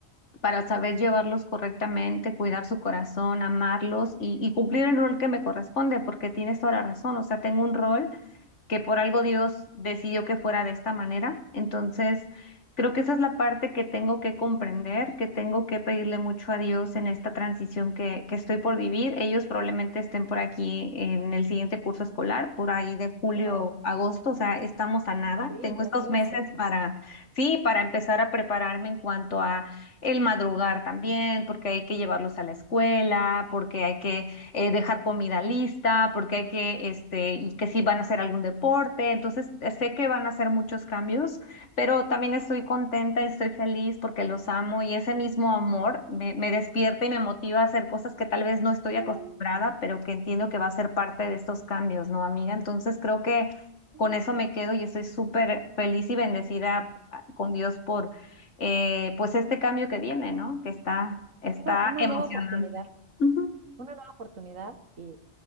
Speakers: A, on the left; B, on the right.
A: para saber llevarlos correctamente, cuidar su corazón, amarlos y, y cumplir el rol que me corresponde, porque tienes toda la razón, o sea, tengo un rol que por algo Dios decidió que fuera de esta manera. Entonces, creo que esa es la parte que tengo que comprender, que tengo que pedirle mucho a Dios en esta transición que, que estoy por vivir. Ellos probablemente estén por aquí en el siguiente curso escolar, por ahí de julio,
B: Wow.
A: agosto, o sea, estamos a nada.
B: Sí,
A: Tengo
B: ya
A: estos
B: es muy
A: meses
B: cerca.
A: para, sí, para empezar a prepararme en cuanto a el madrugar también, porque hay que llevarlos a la escuela, porque hay que eh, dejar comida lista, porque hay que, este, y que si van a hacer algún deporte, entonces eh, sé que van a hacer muchos cambios, pero también estoy contenta y estoy feliz porque los amo y ese mismo amor me, me despierta y me motiva a hacer cosas que tal vez no estoy
B: Sí,
A: acostumbrada, pero que entiendo que va a ser parte de estos cambios, ¿no, amiga? Entonces creo que
B: sí.
A: con eso me quedo y estoy súper feliz y bendecida ah, con Dios por, eh, pues, este cambio que viene, ¿no? Que está, está
B: Una, una
A: emocionante.
B: nueva oportunidad,
A: Ujú.
B: una nueva oportunidad y,